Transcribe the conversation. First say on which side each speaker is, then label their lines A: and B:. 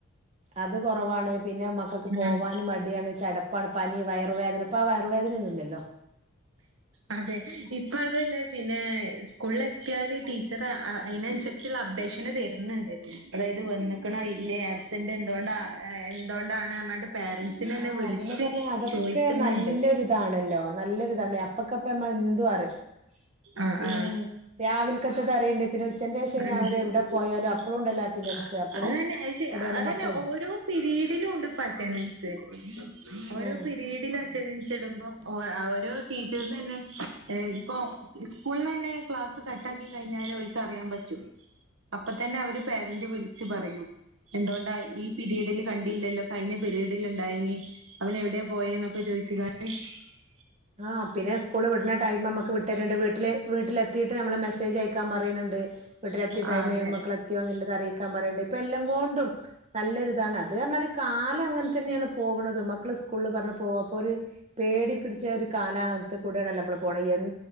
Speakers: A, on the right; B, on the right.
A: അത് കൊറവാണ് പിന്നെ മക്കൾക്ക് പോകാനും
B: ഉം
A: മടിയാണ് ചടപ്പ പണ പനി വയറുവേദന ഇപ്പൊ ആ വയറുവേദനയൊന്നും ഇല്ലല്ലോ
B: അതെ ഇപ്പ അതല്ലേ പിന്നെ സ്കൂളിൽ എത്തിയാല് ടീച്ചർ അയിനനുസരിച്ചുള്ള അപ്ഡേഷന് തരുന്നുണ്ട് അതായത് വന്നേക്കണോ ഇല്ലയോ ആബ്സെന്റ് എന്തുകൊണ്ടാ എന്തോണ്ടാണ് പേരന്റ്സിനെ അന്നെ
A: ആ
B: വിളിച്ച്
A: അതന്നെ പറഞ്ഞെ അതൊക്കെ
B: ചോയിക്കുന്നുണ്ട്
A: നല്ലൊരിതാണല്ലോ നല്ലൊരിതാണ് അപ്പക്കപ്പ നമ്മള് എന്തും അറിയും
B: ആഹ്
A: ഉം രാവിലക്കേത്തത് അറിയണ്ട് പിന്നെ ഉച്ചന്റെ ശേഷം
B: അതന്നെ <unintelligible>
A: അവര് എവിടെ പോയാലും അപ്പളും ഉണ്ടല്ലോ അറ്റൻഡൻസ് അപ്പളും ഇവിടെയാണ്
B: അതന്നെ
A: മക്കള്
B: ഓരോ പിരീഡിലും ഉണ്ട്പ്പോ അറ്റെൻഡൻസ്. ഓരോ
A: ആഹ്
B: പിരീഡിലും അറ്റെൻ ത്ത്ടുമ്പം ഓ ആ ഓരോ ടീച്ചേഴ്സ് തന്നെ ഏ ഇപ്പോ സ്കൂള്ന്നെ ക്ലാസ്സ് കട്ടാക്കി കഴിഞ്ഞാല് ഒൽക്ക് അറിയാൻ പറ്റ് റ്റും, അപ്പ തന്നെ അവര് പേരന്റ് വിളിച്ചു പറയും എന്തുകൊണ്ടാ ഈ പീരിഡില് കണ്ടില്ലല്ലോ കഴിഞ്ഞ പീരിഡിൽ ഇണ്ടായിന് അവന് എവിടെയാ പോയെന്നൊക്കെ ചോദിച്ച് <unintelligible>
A: ആഹ് പിന്നെ സ്കൂള് വിടണ ടൈം നമ്മക്ക് വിട്ടണ്ട്, വീട്ടില് വീട്ടിലെ ത്തിയിട്ട് നമ്മള് മെസ്സേജ് അയക്കാൻ പറയണുണ്ട്. വീട്ടിലെത്തിയ ടൈമ്
B: ആ അതെ
A: മക്കളെത്തിയോ എന്നുള്ളത് അറിയിക്ക ക്കാൻ പറയണ്ട്, ഇപ്പ എല്ലാം കൊണ്ടും നല്ലൊരിതാണ്, അത് കാരണല് കാലം അങ്ങനെ തന്നെയാണ് പോകണത് മക്കള് സ്കൂളില് പറഞ്ഞ് <unintelligible> ഒരു പേടി പിടിച് ച്ച് ഒരു കാലാണത്ത് കൂടെ ആണല്ലോ നമ്മള് പോണെ എന്